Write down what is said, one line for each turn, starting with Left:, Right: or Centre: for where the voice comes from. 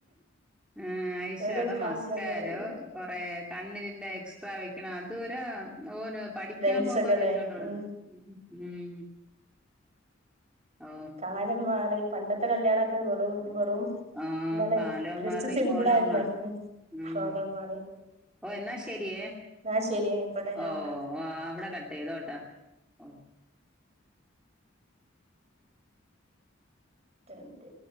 Centre: ഏഹ് ഐഷാഡൊ,
Right: ഓരോ കാലങ്ങള്
Centre: മസ്ക്കാരൊ കൊറേ കണ്ണിലില്ലേ എക്സ്ട്രാ വെക്ക്ണ അത് വരെ ഓരോ പഠിക്കാ
Right: ലെൻസൊക്കെല്ലേ
Centre: പോകുമ്പോ വരെ വെച്ചോണ്ട് പോണുണ്ട്
Right: ഉം
Centre: ഉം ഓ
Right: കാലം മാറി പണ്ടത്തെ കല്യാണൊക്കെ വെറും വെറും
Centre: ആ
Right: എന്താണ്
Centre: കാലം
Right: ജസ്റ്റ്
Centre: മാറി
Right: സിമ്പിൾ
Centre: കോലം
Right: ആയിരുന്നു
Centre: മാറി
Right: ഉം
Centre: ഉം
Right: കോലോം മാറി
Centre: ഓ എന്നാ ശരിയേ
Right: ആഹ് ശരി അയ്ക്കോട്ടെ ഞാൻ
Centre: ഓ
Right: വെക്ക
Centre: അവിടെ കട്ടയ്തോട്ടേ ഓ
Right: ഒറ്റ മിൻറ്റെ